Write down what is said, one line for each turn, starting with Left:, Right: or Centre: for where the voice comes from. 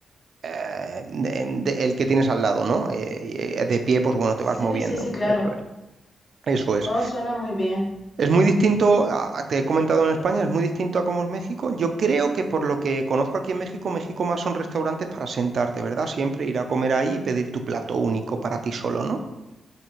Right: eh, de- de- el que tienes al lado, ¿no? Eh, y, eh, de pie, pues bueno, te
Left: Sí,
Right: vas moviendo,
Left: sí, sí, claro.
Right: eso es, eso es.
Left: Oh, suena muy bien.
Right: Es muy distinto, a- a- te he comentado en España, es muy distinto a cómo es México. Yo creo que por lo que conozco aquí en México, México más son restaurantes para sentarte, ¿verdad? Siempre ir a comer ahí y pedir tu plato único para ti solo, ¿no?